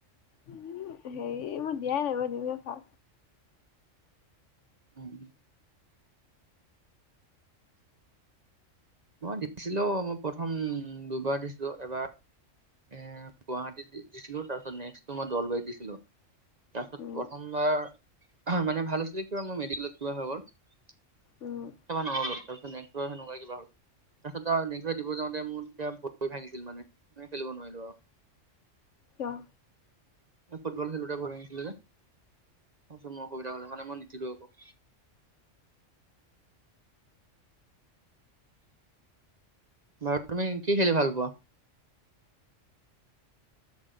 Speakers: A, on the left; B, on the right.
A: উম্‌-হেৰি- এই মোৰ দিয়াই নাই মই দিম ৰবা।
B: উম। মই দিছিলো, মই প্ৰথম দুবাৰ দিছিলো, এবাৰ এ গুৱাহাটীত দিছিলো, তাৰপিছত নেক্সটটো মই দলবাৰীত দিছিলো। তাৰছত
A: উম,
B: প্ৰথমবাৰ আহ্‌হা মানে ভাল আছিলে কিয় মোৰ মেডিকেলত কিবা হৈ গ'ল! খেলবা
A: উম,
B: নৰু <unintelligible> নেকচবাৰ হেনেকোবা কিবা হল। তাৰপিছত আৰু নেক্সবাৰ দিব যাওঁতে মোৰ তেতিয়া ভয়ি ভাঙিছিল মানে মেই কাৰনে খেলিব নোৱাৰিলো আৰু।
A: কিয়।
B: ম‌ই ফুটবল খেলুতে ভৰি ভাগিছিলে যে, তাৰ পিছত মোৰ অসুবিধা হ'লে, সেইকাৰণে মই নিতিলো আকৌ। বাৰু তুমি কি কি খেলি ভাল পোৱা?